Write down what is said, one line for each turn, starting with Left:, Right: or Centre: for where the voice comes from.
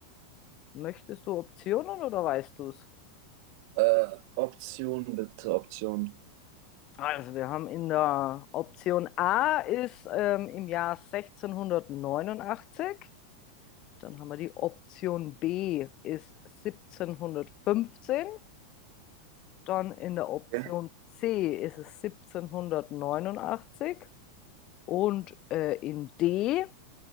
Left: Möchtest du Optionen oder weißt du es?
Right: Äh, Option bitte, Option.
Left: Also wir haben in der Option A ist ähm, im Jahr 1689. Dann haben wir die Option B ist 1715. Dann in der Option
Right: Ja.
Left: C ist es 1789 und äh, in D